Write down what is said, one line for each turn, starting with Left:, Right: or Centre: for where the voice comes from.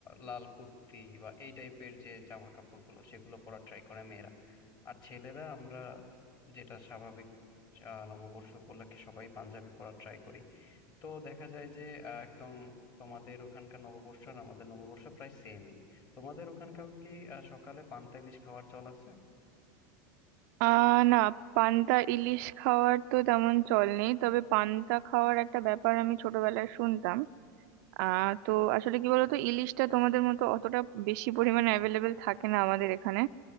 Left: লাল কুর্তি বা এই টাইপের যে জামা কাপড়গুলো সেগুলো পরা ট্রাই করে মেয়েরা আর ছেলেরা আমরা যেটা স্বাভাবিক আহ, নববর্ষ উপলক্ষে সবাই পাঞ্জাবি পরা ট্রাই করি তো দেখা যায় যে আহ, একদম তোমাদের ওখানকার নববর্ষ আর আমাদের নববর্ষ প্রায় সেমই তোমাদের ওখানকার কি আহ, সকালে পান্তা ইলিশ খাওয়ার চল আছে
Right: আহ না পান্তা ইলিশ খাওয়ার তো তেমন চল নেই তবে পান্তা খাওয়ার একটা ব্যাপার আমি ছোটবেলায় শুনতাম আহ তো আসলে কি বলতো ইলিশটা তোমাদের মতো অতটা বেশি পরিমাণে অ্যাভেলেবেল থাকে না আমাদের এখানে